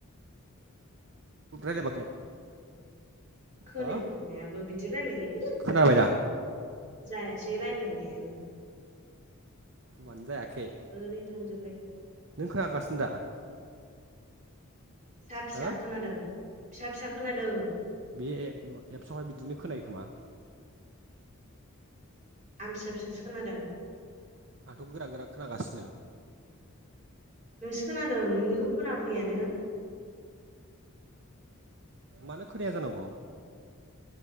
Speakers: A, on the right (about 55°); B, on the right (about 35°).
A: <unintelligible>
B: खोनायाबो
A: हो
B: मायाबो बिदि रायलायो
A: खोनाबाय दा
B: जाय सै रायलायनायानो
A: मानो जायाखै
B: ओरैनो थांजोब्बाय
A: नों खोनागासिनो दा
B: सा फिसा
A: हो
B: खोनादों फिसा फिसा खोनादों
A: बे एपसआवहाय बिदिनो खोनायो खोमा
B: आं फिसा फिसासो खोनादों
A: आंथ' गोरा गोरा खोनागासिनो
B: नोंसो खोनादों नोंनिखौ खोना फैयानो
A: मानो खोनाया जानांगौ